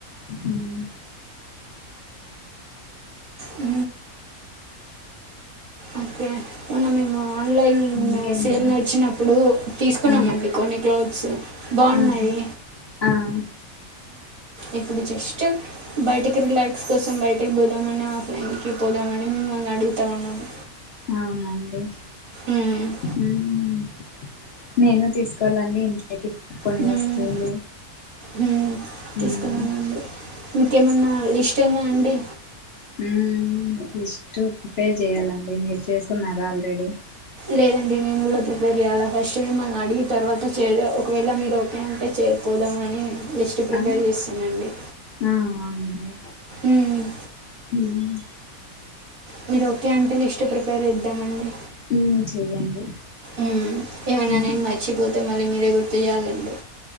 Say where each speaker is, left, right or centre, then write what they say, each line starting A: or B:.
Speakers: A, on the left; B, on the right.
A: మ్మ్
B: అ ఓకే మొన్న మేము ఆన్లైన్
A: ఇంకేమండి
B: సేల్ నడిచినప్పుడు తీసుకున్నామండి
A: ఆ
B: కొన్ని క్లోత్స్ బాగున్నాయి
A: ఆ ఆ
B: ఇప్పుడు జస్ట్ బయటికి రిలాక్స్ కోసం బయటకి పోదామని ఆఫ్లైన్కి పోదామని మిమ్మల్ని అడుగుతా ఉన్నాము
A: అవునండి
B: ఉమ్
A: మ్మ్ నేను తీసుకోవాలండి ఇంట్లోకి కొన్ని
B: ఉహ్మ్
A: వస్తువులు
B: ఉహ్మ్ తీసుకున్ననండి
A: మ్మ్
B: మీకేమన్నా లిస్ట్ ఉందా అండి
A: హుమ్ లిస్ట్ పే చెయాలండి మీరు చేసుకున్నారా ఆల్రెడీ
B: లేదండి. నేను కూడా ప్రిపేర్ చేయాలా ఫస్ట్ మిమ్మల్ని అడిగి తర్వాత చేయ ఒకవేళ మీరు ఓ కే అంటే చేరిపోదామని లిస్ట్ ప్రిపేర్
A: ఆ
B: చేస్తానండి
A: ఆ అవునండి
B: ఉహ్మ్
A: మ్మ్
B: మీరు ఓకే అంటే లిస్ట్ ప్రీ పేర్ చేద్దామని
A: మ్మ్ చెయ్యండి
B: ఉహ్మ్ ఏమన్నా
A: మ్మ్
B: నేను మర్చిపోతే మళ్ళీ మీరే గుర్తు చేయాలండి.